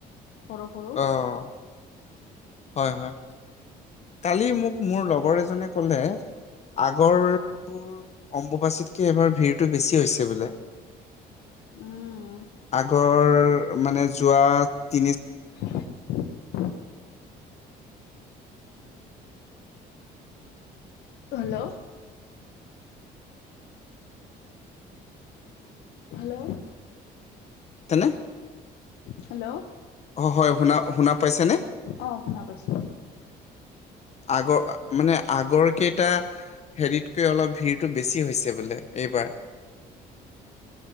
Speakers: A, on the left; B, on the left.
A: সৰু সৰু
B: অহ হয় হয়। কালি মোক মোৰ লগৰ এজনে ক'লে। আগৰবোৰ অম্বুবাচীতকে এইবাৰ ভিৰটো বেছি হৈছে বোলে।
A: উম
B: আগৰ, মানে যোৱা তিনি
A: <unintelligible> <inaudible> হেল্ল'! হেল্ল'!
B: হয়নে
A: হেল্ল'?
B: অ হয়। শুনা শুনা পাইছেনে?
A: আহ, শুনা পাইছোঁ।
B: আগৰ মানে আগৰ কেইটা হেৰিতকৈ অলপ ভিৰটো বেছি হৈছে বোলে, এইবাৰ।